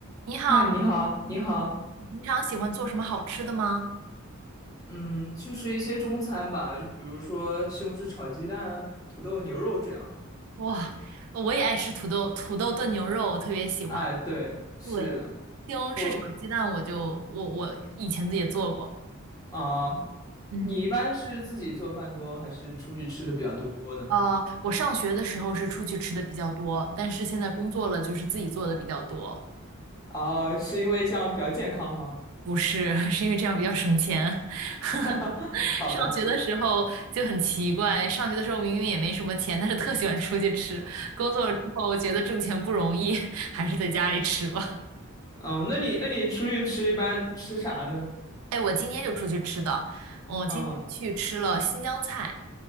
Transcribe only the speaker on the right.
你好，
你平常喜欢做什么好吃的吗？
哇，我也爱吃土豆土豆炖牛肉，我特别喜欢。
对，西红柿炒鸡蛋，
我就我我以前自己也做过。
嗯，
呃，我上学的时候是出去吃的比较多，但是现在工作了，就是自己做的比较多。
不是，<laughs> 是因为这样比较省钱。
<laughs>
上学的时候就很奇怪，上学的时候明明也没什么钱，但是特喜欢出去吃。工作了之后觉得挣钱不容易，还是在家里吃吧。
哎，我今天就出去吃的，我今天去吃了新疆菜，